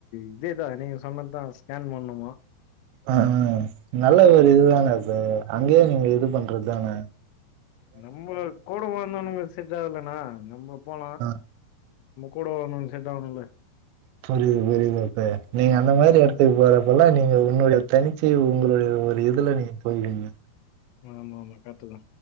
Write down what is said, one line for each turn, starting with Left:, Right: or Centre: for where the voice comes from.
Left: இதேதா நீங்க சொன்னதுதா ஸ்கேன் பண்ணுமா
Right: ஆ நல்ல ஒரு இதுதானா சார் அங்கயே நீங்க இது பண்றது தானா
Left: நம்ம கூட வந்தோனும செட் ஆகலனா நம்ம போலா
Right: ஆ
Left: கூட வரவங்க செட் ஆகணு இல்ல
Right: புரியுது புரியுது அப்ப நீங்க அந்த மாரி இடத்துக்கு போறப்பல்லா நீங்க உங்களுடைய தனிச்சை உங்களுடைய ஒரு இதுல நீங்க போயிடுங்க
Left: ஆமா ஆமா கரட்டுதா